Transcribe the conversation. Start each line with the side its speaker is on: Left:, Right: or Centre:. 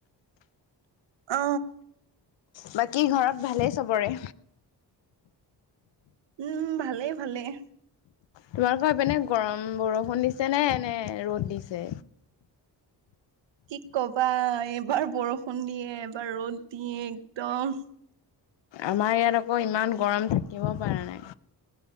Right: অ
Left: বাকী ঘৰত ভালেই চবৰে
Right: উম ভালেই ভালেই
Left: তোমালোকৰ সেপিনে গৰম বৰষুণ দিছে নে নে ৰ'দ দিছে
Right: কি কবা এইবাৰ বৰষুণ দিয়ে এবাৰ ৰ'দ দিয়ে একদম
Left: আমাৰ ইয়াত আকৌ ইমান গৰম থাকিব পৰা নাই